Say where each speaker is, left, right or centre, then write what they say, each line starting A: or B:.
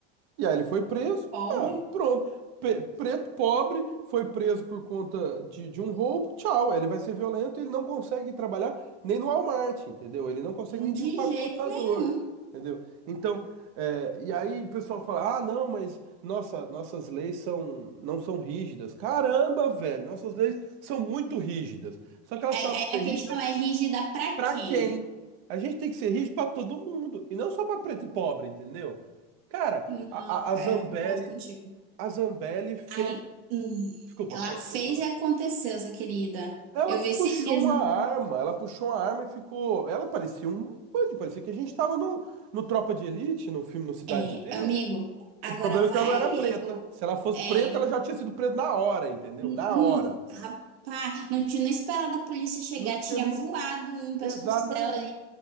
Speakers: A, on the right; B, on the right.
A: E aí ele foi preso.
B: Pobre.
A: Ah, pronto. Pe- preto, pobre, foi preso por conta de, de um roubo. Tchau. Ele vai ser violento e ele não consegue trabalhar nem no Walmart, entendeu? Ele não consegue nem
B: De
A: de empacotador,
B: jeito nenhum.
A: entendeu? Então, é, e aí o pessoal fala: ah, não, mas nossa, nossas leis são, não são rígidas. Caramba, velho, nossas leis são muito rígidas. Só que elas
B: Aí,
A: precisavam
B: aí
A: ser
B: a
A: rígidas
B: questão é rígida pra quem?
A: Pra quem? A gente tem que ser rico pra todo mundo e não só pra preto e pobre, entendeu? Cara,
B: Não,
A: a,
B: cara,
A: a, a Zambelli,
B: eu concordo contigo.
A: a Zambelli fez.
B: Aí, hum,
A: Desculpa,
B: ela
A: po-
B: fez
A: pode falar.
B: e aconteceu, essa querida.
A: Ela
B: Eu
A: puxou
B: vi esses dias.
A: uma arma, ela puxou uma arma e ficou. Ela parecia um. bandido, Parecia que a gente tava no, no Tropa de Elite, no filme No Cidade
B: É,
A: de Deus.
B: amigo,
A: O
B: agora
A: problema
B: vai
A: é que ela não era preta.
B: eu.
A: Se ela fosse
B: É.
A: preta, ela já tinha sido presa na hora, entendeu?
B: hum,
A: Na
B: hum,
A: hora.
B: rapaz, não tinha nem esperado a polícia chegar,
A: Não tinha
B: tinha
A: nem.
B: voado um pescoço
A: Exatamente.
B: dela